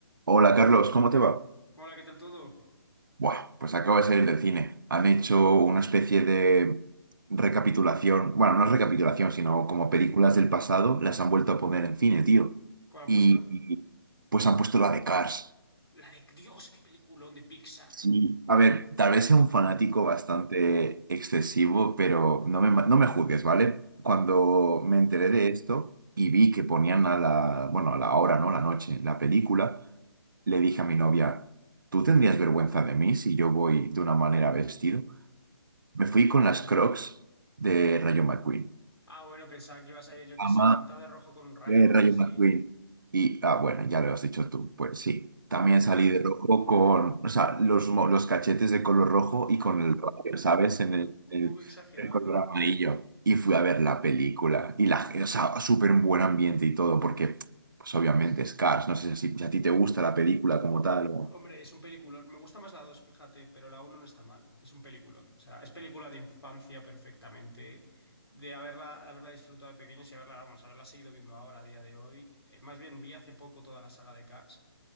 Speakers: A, on the right; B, on the left.
A: Hola Carlos, ¿cómo te va?
B: Hola, ¿qué tal todo?
A: Buah, pues acabo de salir del cine. Han hecho una especie de recapitulación, bueno, no es recapitulación, sino como películas del pasado, las han vuelto a poner en cine, tío.
B: ¿Cuál han
A: Y,
B: puesto?
A: y, pues han puesto la de Cars.
B: La de Dios, qué peliculón de Pixar.
A: Sí, a ver, tal vez sea un fanático bastante excesivo, pero no me, no me juzgues, ¿vale? Cuando me enteré de esto y vi que ponían a la, bueno, a la hora, ¿no? La noche, la película, le dije a mi novia, ¿tú tendrías vergüenza de mí si yo voy de una manera vestido? Me fui con las Crocs de Rayo McQueen.
B: Ah, bueno, pensaba que ibas a ir, yo qué
A: Ama
B: sé, pintado de rojo con un rayo
A: eh,
B: o
A: Rayo
B: algo así.
A: McQueen. Y, ah, bueno, ya lo has dicho tú. Pues sí, también
B: Ah,
A: salí de rojo con, o sea, los, mo- los cachetes de color rojo y con el rayo, ¿sabes? En el,
B: un
A: el-
B: poco exagerado,
A: el color
B: ¿no?
A: amarillo. Y fui a ver la película. Y la, gen- o sea, súper en buen ambiente y todo, porque, pues obviamente, Scars no sé si, si a ti te gusta la película como tal. o-
B: Hombre, es un peliculón. Me gusta más la 2, fíjate, pero la uno no está mal. Es un peliculón. O sea, es película de infancia perfectamente, de haberla, de haberla disfrutado de pequeños y haberla, vamos, haberla seguido viendo ahora, a día de hoy. Eh, más bien, vi hace poco toda la saga de Cars